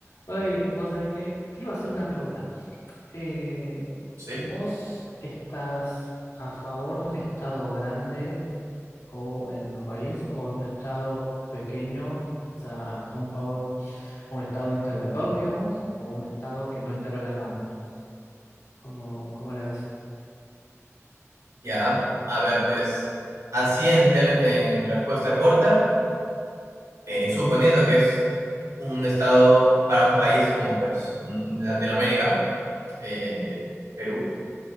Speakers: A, on the left; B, on the right.
A: Rodri, vos sabés que te iba a hacer una pregunta. Eh,
B: Sí,
A: ¿vos estás a favor de un estado grande o en un país o de un estado pequeño? O sea, a, a un favor, a un estado interventor, digamos, o un estado que no intervenga tanto. ¿Cómo, cómo la ves?
B: ya. A ver, pues, así en, ter- en respuesta corta, eh, suponiendo que es un estado para un país como pues mm, Latinoamérica, eh, Perú,